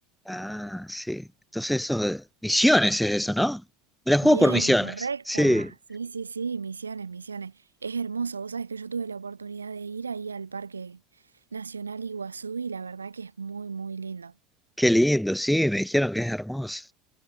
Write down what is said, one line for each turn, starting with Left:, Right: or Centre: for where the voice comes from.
Centre: Ah, sí. Entonces eso de misiones es eso, ¿no? Me la juego
Right: Bien,
Centre: por misiones.
Right: correcta.
Centre: Sí,
Right: Sí, sí, sí, Misiones, Misiones. Es hermoso. Vos sabés que yo tuve la oportunidad de ir ahí al Parque Nacional Iguazú y la verdad que es muy, muy lindo.
Centre: qué lindo, sí, me dijeron que es hermoso.